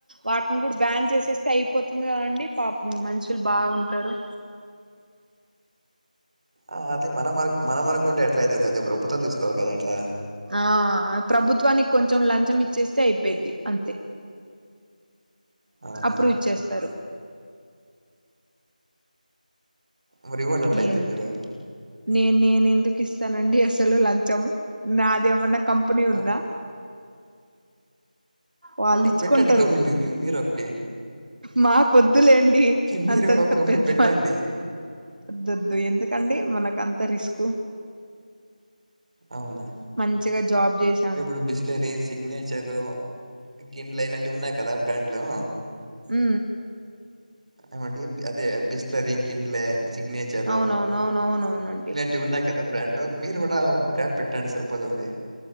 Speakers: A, on the right (about 85°); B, on the right (about 50°).
A: వాటిని కూడా బ్యాన్ చేసేస్తే అయిపోతుంది. కదండి పాపం మనుషులు కూడా బాగుంటారు.
B: ఆ అది మనం అ మనం అనుకుంటే ఎట్లా అయితది అది ప్రభుత్వం తీసుకోవాలి. కదా అట్లా
A: ఆ ప్రభుత్వానికి కొంచెం లంచం ఇచ్చేస్తే అయిపోయిద్ది అంతే
B: అవునా
A: అప్రూవ్ ఇచ్చేస్తారు
B: మరి ఇవ్వండి అట్లా అయితే
A: ఏంటో
B: మీరు
A: నేను నేను ఎందుకు ఇస్తానండి. అసలు లంచం నాది ఏమన్నా కంపెనీ ఉందా
B: ఆ
A: వాళ్ళు ఇచ్చుకుంటారు
B: పెట్టండి కంపేనీ మీరు మీరు ఒకటి
A: మాకు వద్దులేండి
B: మీరు
A: అంతంత
B: కూడా ఒక కంపెనీ
A: పెద్ద
B: పెట్టండి
A: వద్దొద్దు ఎందుకండి మనకు అంత రిస్క్
B: అవునా
A: మంచిగా జాబ్ చేసి
B: ఇప్పుడు బిస్లరీ సిగ్నేచరు కిన్లీ ఇలాంటివి ఉన్నాయి కదా బ్రాండ్లు
A: ఉ ఊ
B: ఏమంటే అదే బిస్లరీ కిన్లే సిగ్నేచరు
A: అవునవును అవునవునవునండి
B: ఇలాంటివి ఉన్నా యి కదా బ్రాండ్ మీరు కూడా అలా బ్రాండ్ పెట్టండి సరిపోతుంది